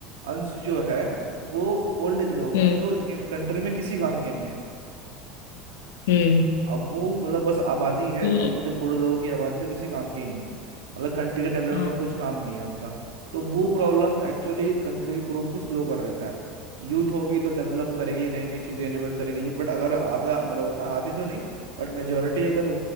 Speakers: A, on the right; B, on the left.
A: अंश जो है वो ओल्ड एज लोगों का
B: हम्म
A: है, जो कंट्री में किसी काम के नहीं है
B: हम्म
A: अब वो मतलब बस आबादी है
B: ये
A: और वो जो बूढ़े लोगों की आबादी जो किसी काम की ही नहीं है मतलब कंट्री के डेवलपमेंट
B: हाँ
A: में कुछ काम नहीं है उनका तो वो प्रॉब्लम एक्चुअली कंट्री की ग्रोथ को स्लो कर देता है यूथ होगी तो डेवलप करेगी नई नई चीजें इनोवेट करेगी जब बट अगर आधा मतलब बोलता है आधी तो नहीं बट मेजोरिटी अगर